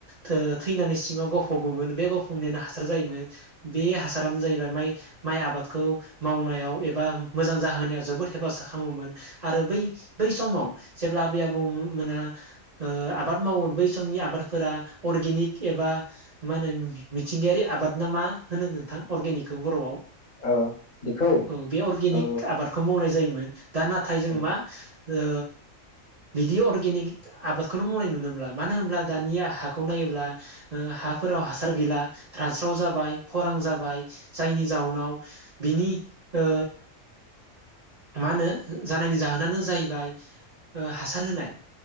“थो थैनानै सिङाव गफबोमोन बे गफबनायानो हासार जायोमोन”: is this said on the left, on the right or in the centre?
Right